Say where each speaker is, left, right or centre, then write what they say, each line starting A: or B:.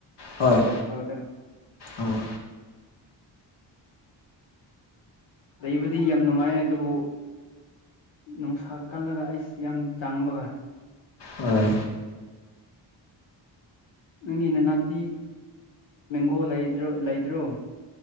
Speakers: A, on the left (about 60°); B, on the left (about 80°).
A: ꯍꯣꯏ
B: ꯏꯝꯐꯥꯜꯗ
A: ꯑꯥ
B: ꯂꯩꯕꯗꯤ ꯌꯥꯝ ꯅꯨꯡꯉꯥꯏꯌꯦ ꯑꯗꯨꯕꯨ ꯅꯨꯡꯁꯥ ꯀꯜꯂꯒ ꯑꯩꯁ ꯌꯥꯝ ꯆꯥꯡꯕꯒ
A: ꯑꯝ
B: ꯅꯪꯒꯤ ꯅꯅꯥꯛꯇꯤ ꯃꯦꯡꯒꯣ ꯂꯩꯗ꯭ꯔꯣ